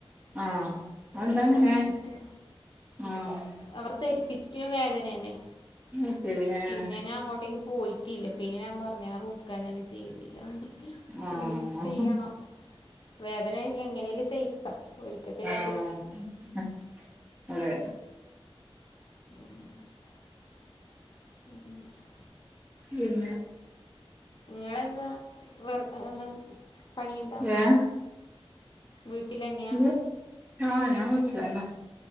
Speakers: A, on the right; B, on the left.
A: ആഹ്
B: ഇന്നട്
A: അതെന്താ
B: ഞാൻ
A: അങ്ങനെ
B: വെട്ടിട്ട്
A: ആഹ്
B: അവർ തരിപ്പിച്ചിട്ട വേദനെന്നെ
A: അത് ശരി ഏഹ്
B: പിന്നെ ഞാ അങ്ങോട്ടേക്ക് പോയിട്ടില്ല പിന്നെ ഞാൻ പറഞ്ഞു ആ റൂട്ടക്കാനാല് ചെയ്യുന്നില്ല
A: ആഹ്
B: ഇനി ചെയ്യണം വേദന ഇനി എങ്ങനെലും സയിക്കാം ഒരിക്ക ചെയ്ത
A: ഏഹ അത അതെ
B: <inaudible> <inaudible>
A: ഉം
B: ങ്ങളെന്താ വെർ എന്തേം പണിയുണ്ടാ-
A: ഏഹ്
B: വീട്ടിലേന്ന്യാ
A: ഇല്ല ആഹ് ഞൻ വീട്ടിലാന്നെ